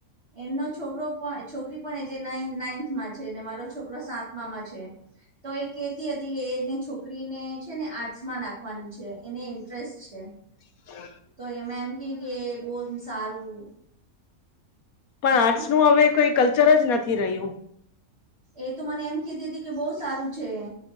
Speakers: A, on the right; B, on the left.
A: એમનો છોકરો પણ છોકરી પણ એટલે નાઇન નાઇથ માં છે ને મારો. છોકરો સાતમા માં છે તો એ કેતી હતી કે એ છોકરીને ને છે આટૅસ. નાખવાની છે એને ઇન્ટરેસ્ટ છે.
B: હ <unintelligible>
A: તો એમાં એમ કે કે બોન સારું.
B: પણ
A: હા
B: આર્ટસ નું હવે કોઈ કલ્ચર જ નથી રહ્યું.
A: એ તો મને એમ કેતી હતી કે બહુ સારું છે